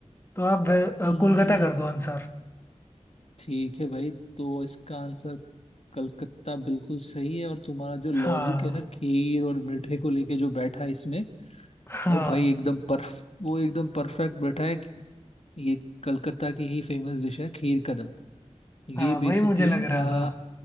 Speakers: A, on the left; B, on the left.
A: तो आप वे- अ,
B: हम्म,
A: कोलकाता कर दो आंसर
B: ठीक है भाई तो इसका आंसर कलकत्ता बिल्कुल सही है और तुम्हारा जो लॉजिक
A: हाँ
B: है ना खीर और मीठे को लेके जो बैठा है इसमें
A: हाँ
B: और भाई एकदम परफ वो एकदम परफेक्ट बैठा है कि ये कलकत्ता की ही फेमस डिश है खीर कदम ये
A: हाँ
B: बेसिकली
A: वही मुझे लग रहा
B: आ,
A: था